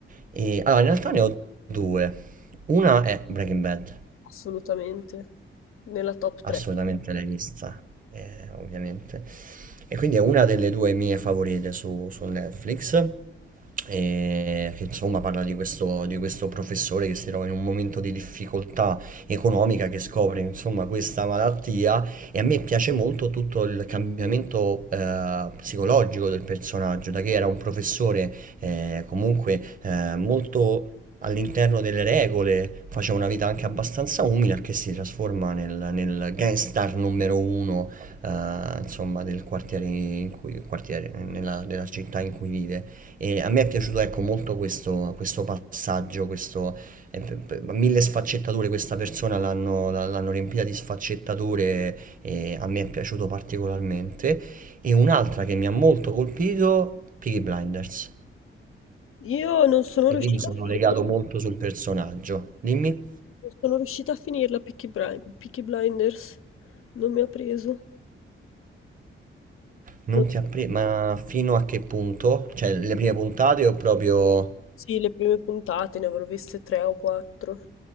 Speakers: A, on the right (about 40°); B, on the left (about 85°).
A: E, allora, in realtà ne ho due. Una è Breaking Bad.
B: Assolutamente. Nella top
A: Assolutamente
B: 3.
A: l'hai vista, eh, ovviamente. E quindi è una delle due mie favorite su, su Netflix, eh, che insomma parla di questo, di questo professore che si trova in un momento di difficoltà economica, che scopre insomma questa malattia e a me piace molto tutto il cambiamento eh, psicologico del personaggio, da che era un professore eh, comunque eh, molto all'interno delle regole, faceva una vita anche abbastanza umile, a che si trasforma nel, nel gangstar numero uno, eh, insomma, del quartiere in cui, quartiere, nella, della città in cui vive. E a me è piaciuto, ecco, molto questo, questo passaggio, questo, eh, p- p- mille sfaccettature, questa persona l'hanno, la- l'hanno riempita di sfaccettature e a me è piaciuto particolarmente. E un'altra che mi ha molto colpito, Peaky Blinders.
B: Io non sono
A: E
B: riuscita
A: lì mi sono
B: a finirlo.
A: legato molto sul personaggio. Dimmi,
B: Non sono riuscita a finirla Peaky Bri- Peaky Blinders, non mi ha preso.
A: non
B: Non
A: ti ha
B: so.
A: preso, ma fino a che punto? Cioè, le prime puntate ho proprio...
B: Sì, le prime puntate ne avrò viste tre o quattro.